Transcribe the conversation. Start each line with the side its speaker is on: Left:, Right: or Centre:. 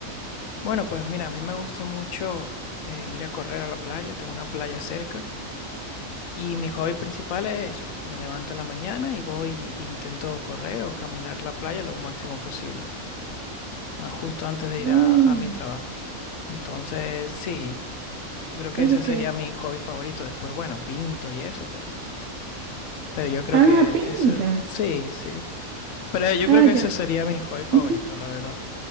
Left: Bueno, pues mira, a mí me gusta mucho eh, ir a correr a la playa, tengo una playa cerca y mi hobby principal es eso. Me levanto en la mañana y voy e intento correr o caminar la playa lo máximo posible, ah, justo antes de ir
Right: Mm,
Left: a, a mi trabajo. Entonces, sí, Yo creo que
Right: oye,
Left: ese
Right: que,
Left: sería mi hobby favorito. Después, bueno, pinto y eso, pero, pero yo creo
Right: ah,
Left: que
Right: pintas.
Left: eso, sí, sí. Pero yo
Right: Ah,
Left: creo que
Right: yo.
Left: ese sería mi hobby favorito,
Right: <laughs>
Left: la verdad.